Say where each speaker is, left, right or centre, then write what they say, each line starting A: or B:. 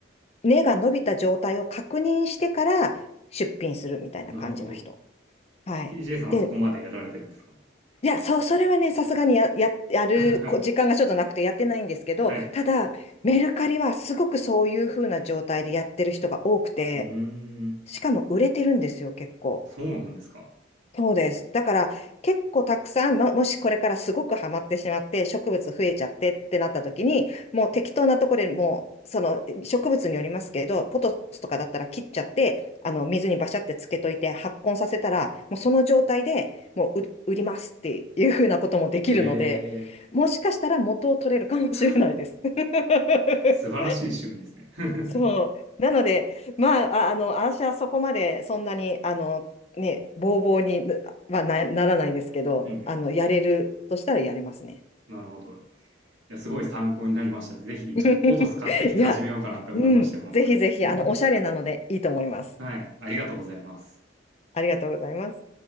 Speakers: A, on the left; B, on the right.
A: 根が伸びた状態を確認してから出品するみたいな感じの人。
B: ん。なるほど。
A: はい。
B: TJ さんはそこまでやられてるんですか
A: で、いや、そう、それはね、さすがにや、や、やるこ時間がちょっとなくてやってないんですけど、
B: <laughs> はい。
A: ただ、メルカリはすごくそういう風な状態でやってる人が多くて、
B: うーん。
A: しかも売れてるんですよ、結構。
B: そうなんですか。
A: そうです。だから結構たくさん、ももしこれからすごくハマってしまって植物増えちゃってってなった時にもう適当なところでもうその植物によりますけどポトスとかだったら切っちゃってあの水にバシャってつけといて発根させたらもうその状態でもう売売りますっていうふうなこともできるのでもしかしたら元を取れるかもしれないです。
B: へえ。<laughs>
A: <laughs>
B: 素晴らしい趣味ですね <laughs>
A: そう。なので、まあ、あ、あの、私はそこまでそんなに、あの、ね、ボーボーにはな、ならないですけど、
B: うんうん。
A: あの、やれるとしたらやれますね。
B: なるほど。や、すごい参考になりました。ぜひ、
A: <laughs>
B: ちょっとポトス買ってきて始めようかなって思いましたよ、
A: いや、うん、
B: 本当に。
A: ぜひぜひ、
B: <laughs>
A: あの、おしゃれなのでいいと思います。
B: はい、ありがとうございます。
A: ありがとうございます。